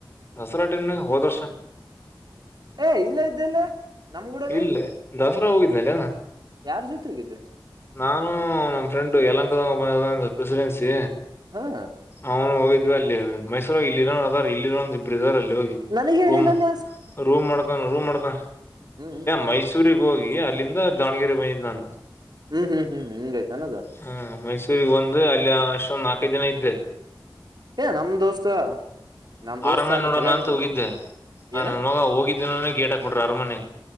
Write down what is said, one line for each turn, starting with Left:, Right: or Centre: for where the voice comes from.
Left: ದಸರಾ ಟೈಮ್ನ ಹೋದ್ ವರ್ಷ.
Right: ಏ ಇಲ್ಲೇ ಇದ್ದಲ್ಲ ನಮಗೂಡನೆ.
Left: ಇಲ್ಲೇ ದಸರಾ ಹೋಗಿದ್ನಲ್ಲ.
Right: ಯಾರ್ ಜೊತೆಗಿದ್ದ.
Left: ನಾನು ನಮ್ಮ ಫ್ರೆಂಡ್ ಯಲಂಕದ ಬಂದ ಪ್ರೆಸಿಡೆನ್ಸಿ.
Right: ಹಾ
Left: ಅವನು ಹೋಗ. ಇದು ಅಲ್ಲಿ ಮೈಸೂರ ಇರೋ ಅದ ಇಲ್ಲಿರೋ ಇಬ್ಬರು ಇದಾರೆ ಅಲ್ಲಿ. ಹೋಗಿ
Right: ನನಗೆ ಹೇಳಿಲ್ಲಲ್ಲಿ.
Left: ರೂಮ್ ರೂಮ್ ಮಾಡ್ಕ ರೂಮ್ ಮಾಡ್ಕ
Right: ಹ್ಮ್
Left: ಮೈಸೂರು. ೂರಿಗೆ ಹೋಗಿ ಅಲ್ಲಿಂದ ದಾವ್ಗೆರೆ ಬಂದಿದ್ದ್ ನಾನು.
Right: ಹ್ಮ್ ಹ್ಮ್ ಹ್ಮ್ ಹಿಂಗೈತ ಅನ್ನದ
Left: ಹ್ಮ ಮೈಸೂರಿಗೆ ಬಂದು ಅಲ್ಲಿ ಅಷ್ಟೊಂದುಾ. ಕದಿನ ಇದ್ರೆ.
Right: ಏ ನಮ ದೋಸ್ತ ನಮ್ ದೋಸ್ತ
Left: ಅರಮನೆ
Right: ಅಲ್ಲಿ
Left: ನೋಡೋಣ
Right: ಕಲಗದ
Left: ಅಂತ ಹೋಗಿದ್ದೆ
Right: ಏನ
Left: ನನ್ ಮಗ ಹೋಗಿದ್ದಿನಾನೇ ಗೇಟ್ ಹಾಕ್ಬಿಟ್ರ ಅರಮನೆ